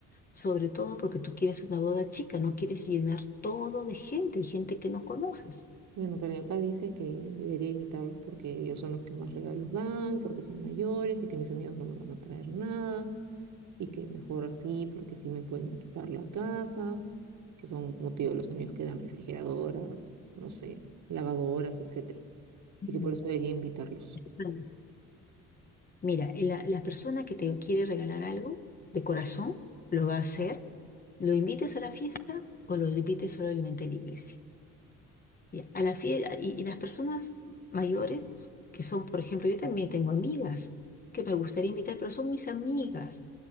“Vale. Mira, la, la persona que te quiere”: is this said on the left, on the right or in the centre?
Left